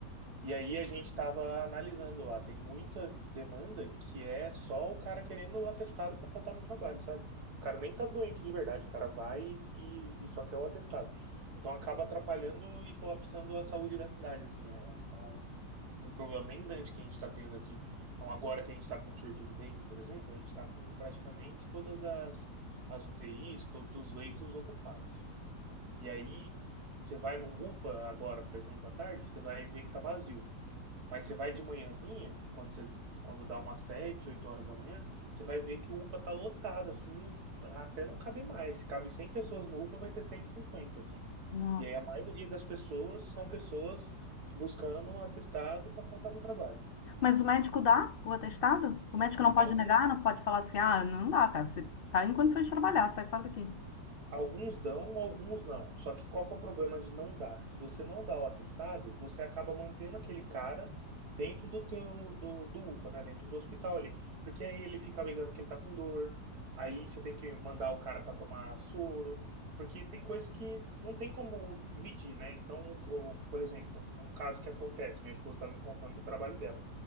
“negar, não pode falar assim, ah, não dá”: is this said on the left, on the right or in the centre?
Left